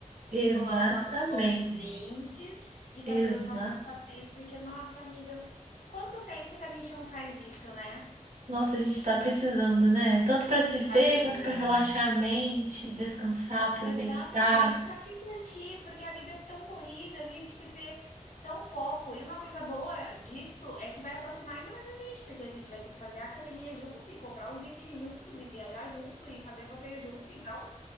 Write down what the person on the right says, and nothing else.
Exatamente.
Exatamente.
Nossa, a gente tá precisando, né? Tanto pra se ver,
quanto pra relaxar a mente, descansar, aproveitar.